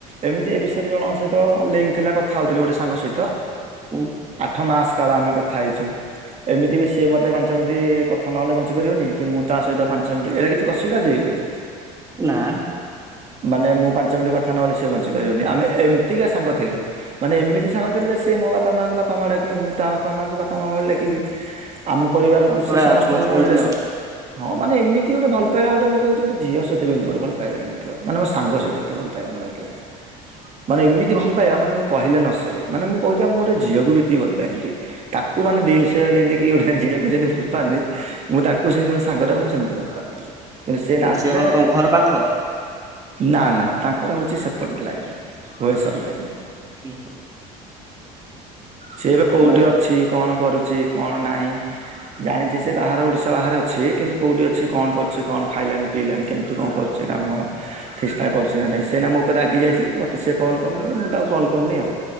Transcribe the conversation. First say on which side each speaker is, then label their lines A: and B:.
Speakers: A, on the right (about 40°); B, on the right (about 20°).
A: ଏମିତି ଏ ବିଷୟରେ ଜଣଙ୍କ ସହିତ ତ ଲିଙ୍କ ଥିଲା କଥା ହଉଥିଲି ଗୋଟେ ସାଙ୍ଗ ସହିତ।
B: ହୁଁ।
A: ଆଠ ମାସ କାଳ ଆମେ କଥା ହେଇଛୁ ଏମିତି ବି ସିଏ ମୋତେ ପାଞ୍ଚ ମିନିଟି କଥା ନହେଲେ ବଞ୍ଚିପାରିବନି। କି ମୁଁ ତା ସହିତ ପାଞ୍ଚ ମିନିଟ ଏଇଟା କିଛି ଅସୁବିଧା ଅଛି କି କହିଲେ?
B: ନା।
A: ମାନେ ମୁଁ ପାଞ୍ଚ ମିନିଟ୍ କଥା ନହେଲେ ସେ ବଞ୍ଚି ପାରିବନି ଆମେ ଏମିତିକା ସାଙ୍ଗ ଥିଲୁ। ମାନେ ଏମିତି ସାଙ୍ଗ ଥିଲୁ ଯେ ସେ ମୋ ବାପା ମାଙ୍କୁ ବାପା ମା ଡାକିବ ମୁଁ ତା ବାପା ମାଙ୍କୁ ବାପା ମା ବୋଲି ଡାକିବି। ଆମ ପରିବାରକୁ
B: ପୁରା
A: ସେ ସମସ୍ତଙ୍କୁ
B: କ୍ଲୋଜ ଫ୍ରେଣ୍ଡ
A: ଗୋଟେ
B: ଥିଲ
A: ରେସ୍
B: ଆଉ।
A: ହଁ ମାନେ ଏମତି ଗୋଟେ ଭଲ ପାଇବା ଗୋଟେ ମୁଁ କହୁଛି ଗୋଟେ ଝିଅ ସହିତ ବି ଏମତି ମୋର ଭଲ ପାଇବା ହେଇନି ନଥିବ ମାନେ ମୋ ସାଙ୍ଗ ସହିତ ଏତେ ଭଲ ପାଇବା ମୋର ହେଇନଥିଲା। ମାନେ ଏମିତି ଭଲ ପାଇବା ମାନେ କହିଲେ ନସରେ ମାନେ ମୁଁ କହୁଛି ବା ମୁଁ ଗୋଟିଏ ଝିଅକୁ ବି ଏତିକି ଭଲ ପାଆନଥିବି। ତାକୁ ମାନେ ଦିଲ୍ ସେ ଯେମିତି କି ଗୋଟେ ଝିଅକୁ ଯେମିତି ଭଲପାଆନ୍ତି। ମୁଁ ତାକୁ ସେମିତି ଗୋଟେ ସାଙ୍ଗଟାକୁ ମୁଁ ସେମିତି ଭଲପାଉଥିଲି କିନ୍ତୁ ସେ ନାଷ୍ଟରେ
B: ସିଏ କଣ ତମ ଘର ପାଖ?
A: ନା ନା ତାଙ୍କର ହଉଛି ସେପଟ ଲାଇନ ଭୁବନେଶ୍ୱର ଲାଇନ।
B: <inaudible>
A: ସେ ଏବେ କୋଉଠି
B: ମୋ
A: ଅ ଛି କଣ କରୁଛି କଣ ନାହିଁ ଜାଣିଛି ସେ ବାହାର ଓଡ଼ିଶା ବାହାରେ ଅଛି କିନ୍ତୁ କୋଉଠି ଅଛି
B: ଉଁ,
A: କଣ କରୁଛି କଣ ଖାଇଲାଣି ପିଇଲାଣି କେମିତି କଣ କରୁଛି କାମ ଚେଷ୍ଟା କରୁଛି ନା ନାଇଁ ସେ ନା ମୋ ଉପରେ ରାଗି ଯାଇଛି ମତେ ସିଏ କଲ୍ କରୁନି କି ମୁଁ ତାକୁ କଲ୍ କରୁନି ଆଉ।